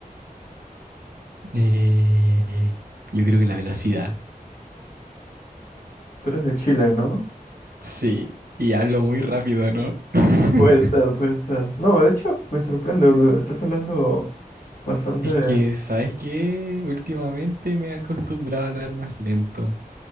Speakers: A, on the right; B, on the left.
A: Eh, yo creo que la velocidad.
B: Tú eres de Chile, ¿no?
A: Sí, y hablo muy rápido, ¿no? <laughs>
B: Puede ser, puede ser. No, de hecho, me sorprende, Bruno. Estás hablando bastante
A: Es
B: de-
A: que, ¿sabes qué? Últimamente me he acostumbrado a hablar más lento,